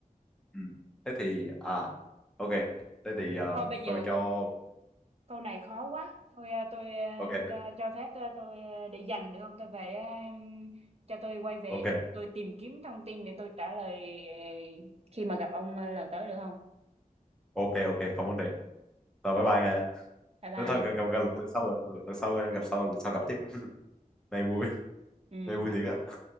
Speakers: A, in the centre; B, on the right.
A: ừ. thế thì à ok thế thì ờ,
B: Thôi bây giờ
A: tôi cho
B: câu câu này khó quá. Thôi ờ, tôi ờ,
A: ok
B: cho cho phép ờ, tôi ờ, để dành được không? Tôi về ờ, cho tôi quay về
A: ok
B: để tôi tìm kiếm thông tin để tôi trả lời ờ, khi mà gặp ông ờ, lần tới được không?
A: ok ok không vấn đề rồi bye bye nha
B: Bye bye.
A: nếu thôi gặp, gặp, gặp lần sau rồi Ừ, lần sau gặp sau lần sau gặp tiếp này vui
B: Ừ.
A: này vui thiệt á